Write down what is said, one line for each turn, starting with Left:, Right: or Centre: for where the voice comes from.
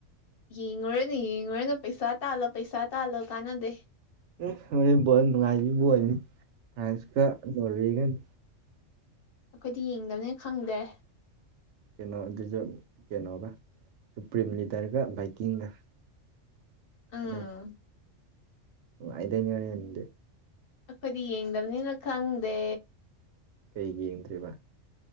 Left: ꯌꯦꯡꯉꯨꯔꯅꯨ ꯌꯦꯡꯉꯨꯔꯅꯨ ꯄꯩꯁꯥ ꯇꯥꯜꯂꯣ ꯄꯩꯁꯥ ꯇꯥꯜꯂꯣ ꯀꯥꯟꯅꯗꯦ
Right: ꯑꯦ ꯍꯣꯔꯦꯟ ꯕꯣꯜ ꯅꯨꯡꯉꯥꯏꯕꯤ ꯕꯣꯜꯅꯤ ꯐ꯭ꯔꯥꯟꯁꯀ ꯅꯣꯔꯋꯦꯒꯅꯤ
Left: ꯑꯩꯈꯣꯏꯗꯤ ꯌꯦꯡꯗꯝꯅꯤꯅ ꯈꯪꯗꯦ
Right: ꯀꯩꯅꯣ ꯑꯗꯨꯖꯨ ꯀꯩꯅꯣꯒ ꯁꯨꯄ꯭ꯔꯤꯝ ꯂꯤꯗꯔꯒ ꯕꯥꯏꯛꯀꯤꯡꯒ ꯈꯠꯅ
Left: ꯑꯥ
Right: ꯅꯨꯡꯉꯥꯏꯗꯣꯏꯅꯤ ꯍꯨꯔꯦꯟꯗꯤ
Left: ꯑꯈꯣꯏꯗꯤ ꯌꯦꯡꯗꯕꯅꯤꯅ ꯈꯪꯗꯦ
Right: ꯀꯩꯒꯤ ꯌꯦꯡꯗ꯭ꯔꯤꯕ